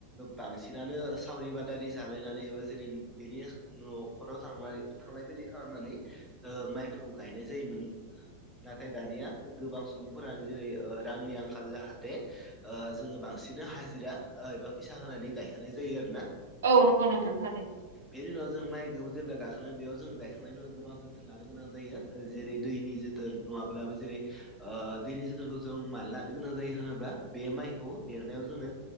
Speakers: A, in the centre; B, on the right.
A: बांसिनानो सावरि बादारि जालायनानै एबा जेरै बेनि न'खराव थांलाय फैलाय खालामनानै ओ माइफोरखौ गायनाय जायोमोन। नाथाय दानिया गोबां सुबुंफोरानो जेरै ओ रांनि आंखाल जाहाथे। ओ जों बांसिननो हाजिरा ओ एबा फैसा होनानै गाय जायो आरोना
B: औ नंगौ नोंथां थारैनो
A: बेनि उनाव जों माइ जेब्ला गाखां बेयाव जोङो गायखांनायनि उनाव गोबां जोथोन लानो गोनां जायो जेरै दैनि जोथोन नङाब्लाबो जेरै ओ दैनि जोथोनखौ जों मान लानो गोनां जायो होनोब्ला बे माइखौ देरनायाव जोंनो।